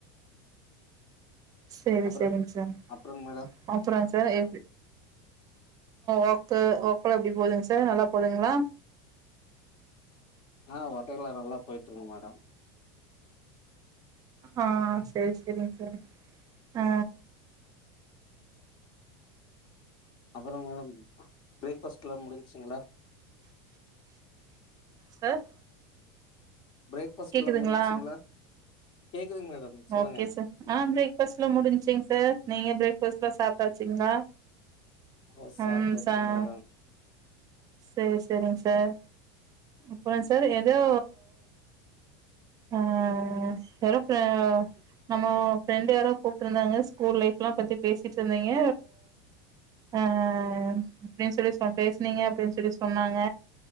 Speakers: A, on the right; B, on the left.
A: செரி
B: அப்புறோ
A: செரிங் சார்
B: அப்புறங்க மேடம்
A: அப்புறோங் சார் எ ஓர்க்கு ஓர்க்குலா எப்டி போதுங் சார் நல்லா போதுங்ளா
B: ஆ வொர்க்கல நல்லா போய்ட்டு இருக்குங்க மேடம்
A: ஆ செரி செரிங் சார் ஆ
B: அப்புறோ மேடம் ப்ரேக் ஃபாஸ்டுல்லா முடிஞ்ச்சிங்ளா
A: சார்
B: பிரேக் ஃபாஸ்ட்லா
A: கேக்குதுங்களா
B: முடிஞ்சிங்ளா கேட்குதுங் மேடம் சொல்லுங்க
A: ஓகே சார் ஆ பிரேக் ஃபாஸ்ட்டுல்லா முடிச்சிங் சார் நீங்க பிரேக் ஃபாஸ்ட்டுல்லா சாப்ட்டாச்சுங்ளா
B: ஓ சாப்ட்டாச்சுங்க
A: ம் சார்
B: மேடம்
A: செரி செரிங் சார் அப்புறோ சார் எதோ ஆ வெறு ஆ நம்ம ஃப்ரெண்ட்டு வேர கூப்ட்ருந்தாங்க ஸ்கூல் லைஃப்லா பத்தி பேசிட்ருந்தீங்க அ அப்டின் சொல்லி சொ பேசுனீங்க அப்டின் சொல்லி சொன்னாங்க